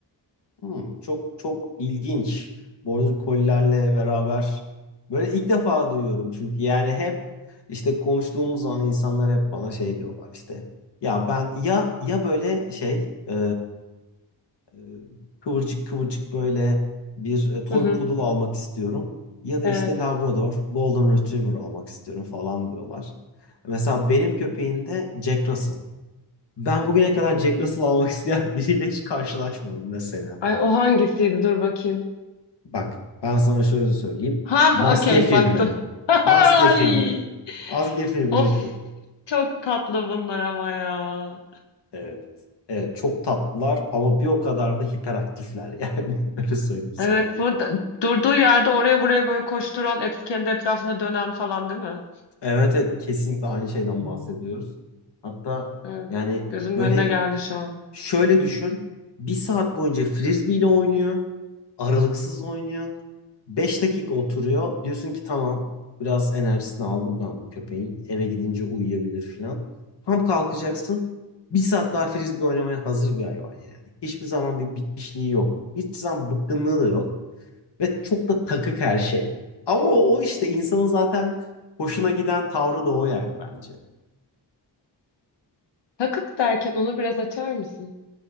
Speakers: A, on the left (about 75°); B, on the left (about 80°).
A: Hmm, çok çok ilginç. Border Collie'lerle beraber böyle ilk defa duyuyorum. Çünkü yani hep işte konuştuğumuz zaman insanlar hep bana şey diyorlar işte. Ya ben ya ya böyle şey e, e, kıvırcık kıvırcık böyle bir e, toy
B: Hı hı,
A: poodle almak istiyorum. Ya da
B: evet.
A: işte Labrador, Golden Retriever almak istiyorum falan diyorlar. Mesela benim köpeğim de Jack Russell. Ben bugüne kadar Jack Russell almak isteyen <laughs> biriyle hiç karşılaşmadım mesela.
B: Ay, o hangisiydi? Dur bakayım.
A: Bak ben sana şöyle söyleyeyim.
B: Ha,
A: Maske
B: okey
A: filmi.
B: baktım. <laughs>
A: Maske
B: Ay,
A: filmi. Maske filmindeki
B: of.
A: köpek.
B: Çok tatlı bunlar ama ya.
A: Evet. Evet çok tatlılar ama bir o kadar da hiperaktifler <laughs> yani öyle söyleyeyim sana.
B: Evet bu da- durduğu yerde oraya buraya böyle koşturan, et, kendi etrafında dönen falan değil mi?
A: Evet evet kesinlikle aynı şeyden bahsediyoruz. Hatta
B: Evet.
A: yani
B: Gözümün
A: böyle
B: önüne geldi şu an.
A: şöyle düşün. Bir saat boyunca frisbee ile oynuyor. Aralıksız oynuyor. Beş dakika oturuyor. Diyorsun ki tamam biraz enerjisini aldım ben bu köpeğin. Eve gidince uyuyabilir filan. Tam kalkacaksın. Bir saat daha frisbee oynamaya hazır bir hayvan yani. Hiçbir zaman bir bitmişliği yok. Hiçbir zaman bıkkınlığı da yok. Ve çok da takık her şey. Ama o, o işte insanın zaten hoşuna giden tavrı da o yani bence.
B: Takık derken onu biraz açar mısın?